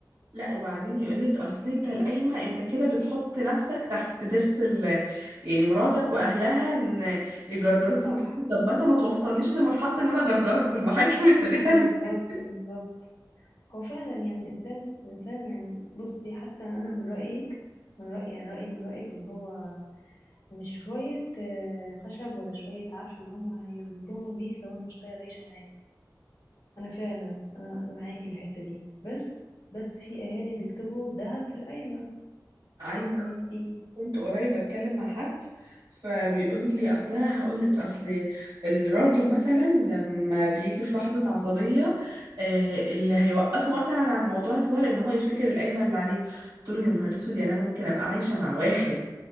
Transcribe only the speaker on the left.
صح
بالظبط
بالظبط هو فعلا يعني الإنسان الإنسان يعني بصي حتى أنا من رأيك من رأيي يعني رأيي من رأيك اللي هو مش شوية آه، خشب ولا شوية عفش اللي هم هيربطوني بيك لو أنا مش طايقة العيشة معاك أنا فعلا أنا معاكي في الحتة دي بس بس في أهالي بيكتبوا الذهب في القايمة
بحيث إن أنتي